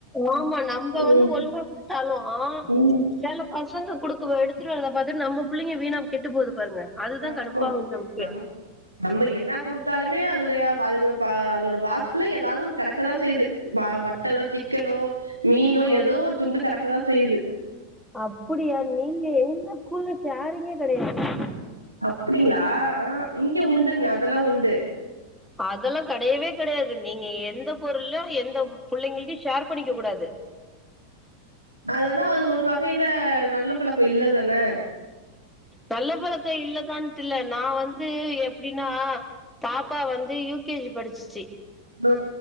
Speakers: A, in the centre; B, on the right.
A: ஆமா நம்ப
B: ம்
A: வந்து ஒழுங்கா குடுத்தாலு
B: ம்
A: செல பசங்க குடுக்க எடுத்துட்டு வரத பாத்துட்டு நம்ம பிள்ளைங்க வீணா கெட்டு போது பாருங்க அதுதா
B: ஆமா
A: கடுப்பாவுது நமக்கு
B: நம்ம நம்ப என்னா குடுத்தாலுமே அதுலய பா அதுங்க அதோட பாக்ஸ் ஃபுல்லா ஏதாது ஒன்னு கெடக்கதா செய்து மா மட்டனோ சிக்கனோ மீனோ
A: அப்
B: ஏதோ ஒரு துண்டு கிடக்கதா செய்யுது
A: அப்படியா நீங்க எங்க ஸ்கூல்ல ஷேரிங்கே கிடையாது
B: அப்படிங்கலா ஹ இங்க உண்டுங்க அதெல்லாம் உண்டு
A: அதெல்லா கெடயவே கிடையாது நீங்க எந்த பொருளோ எந்த புள்ளிங்களூக்கு ஷேர் பண்ணிக்க கூடாது
B: அதுனா அது ஒரு வகையில நல்ல பழக்கோ இல்லதானே
A: நல்ல பழக்கே இல்ல தான்ட்டுல்ல நான் வந்து எப்பிடின்னா பாப்பா வந்து யூ கே ஜி படிச்சிச்சு
B: அ